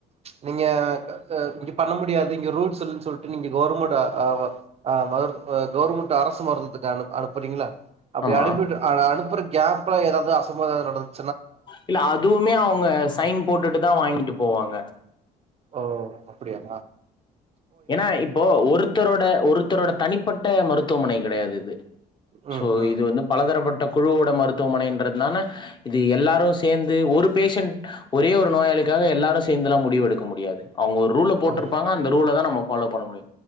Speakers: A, on the right; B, on the left.
A: ப்ச் நீங்க இ பண்ண முடியாது இங்க ரூல்ஸ் இல்ல சொல்ட்டு நீங்க கவர்மெண்ட் ஹ் மரு கவர்மெண்ட் அரசு மருந்துதுக்கு அனு அனுப்பறீங்கள்ள அப்படி
B: ஆமா.
A: அனுப்பிட்டு அ அனுப்பரு கேப்ல எதாவது அசம்பா விதம் நடந்
B: இல்ல அதுமே அவங்க சைன் போட்டுட்டுதா வாங்கிட்டு போவாங்க
A: ஓ அப்படியா
B: ஏனா இப்போ ஒருத்தரோட ஒருத்தரோட தனிப்பட்ட மருத் துவமனை கெடையாது இது
A: ம்
B: சோ
A: ம்
B: இது வந்து பலதரப்பட்ட குழுவோட மருத்துவமனை என்ற நாணு இது எல்லாரும் சே சேர்ந்து ஒரு பேஷண்ட் ஒரே ஒரு நோயாளிக்காக எல்லாரு சேர்ந்தெல்லா முடிவு எடுக்க முடியாது அவங்க ஒரு ரூல போட்ருப்பாங்க
A: ஓ
B: அந்த ரூல தா ஃபாலோ பண்ண முடியு